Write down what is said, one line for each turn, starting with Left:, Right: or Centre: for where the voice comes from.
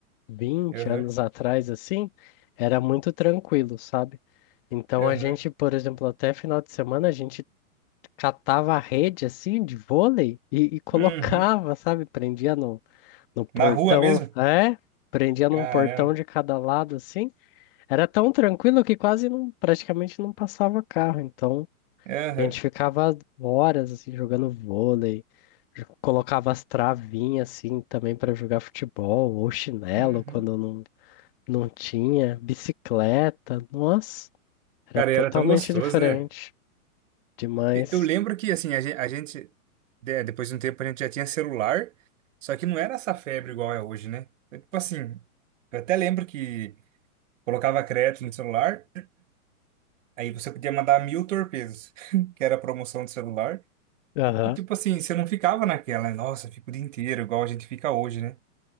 Left: vinte
Right: Aham,
Left: anos atrás, assim, era muito tranquilo, sabe? Então
Right: aham.
Left: a gente, por exemplo, até final de semana, a gente catava a rede, assim, de vôlei e, e colocava,
Right: Uhum.
Left: sabe? Prendia no, No portão,
Right: Na rua mesmo?
Left: é, prendia num
Right: Caramba.
Left: portão de cada lado assim. Era tão tranquilo que quase não, praticamente não passava carro. Então,
Right: Aham,
Left: a gente ficava horas assim jogando vôlei, jo- colocava as travinhas assim também para jogar futebol, ou chinelo
Right: uhum.
Left: quando não, não tinha, bicicleta. Nossa, era
Right: Cara,
Left: totalmente
Right: e era tão gostoso,
Left: diferente.
Right: né?
Left: Demais.
Right: E- Eu lembro que, assim, a gen- a gente, de- depois de um tempo, a gente já tinha celular, só que não era essa febre igual é hoje, né? É Tipo assim, eu até lembro que colocava crédito no celular, aí você podia mandar mil torpedos, <laughs> que era a promoção do celular,
Left: Aham,
Right: e tipo assim, você não ficava naquela, nossa, fico o dia inteiro, igual a gente fica hoje, né?